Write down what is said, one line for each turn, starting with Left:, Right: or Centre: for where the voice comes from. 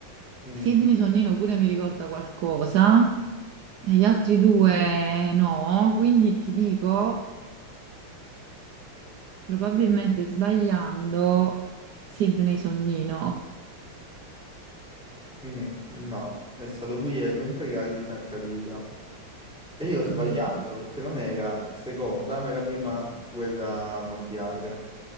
Centre: Mm,
Right: Sidney Sonnino pure mi ricorda qualcosa, e gli altri due no, quindi ti dico, probabilmente sbagliando, Sidney Sonnino.
Centre: mm, no, è stato Guglielmo Imperiale di Francavilla. E
Right: Ecco,
Centre: io ho sbagliato
Right: vedi.
Centre: perché non era seconda, ma era prima guerra mondiale.